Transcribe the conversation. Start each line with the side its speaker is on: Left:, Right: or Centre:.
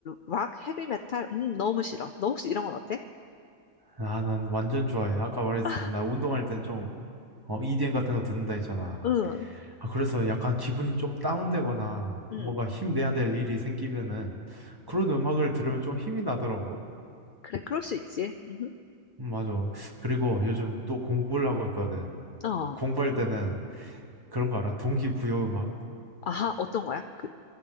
Left: 락, 헤비 메탈, 음, 너무 싫어. 너 혹시 이런 건 어때?
Right: 아, 난 완전 좋아해. 아까 말했듯이.
Left: <laughs>
Right: 나 운동할 땐 좀, 어, EDM 같은 거 듣는다 했잖아.
Left: 응,
Right: 아, 그래서 약간 기분이 좀 다운되거나
Left: 응.
Right: 뭔가 힘내야 될 일이 생기면은 그런 음악을 들으면 좀 힘이 나더라고.
Left: 그래, 그럴 수 있지. 음,
Right: 음, 맞아. 그리고 요즘 또 공부를 하고 있거든.
Left: 어.
Right: 공부할 때는 그런 거 알아? 동기부여 음악?
Left: 아하, 어떤 거야? 그,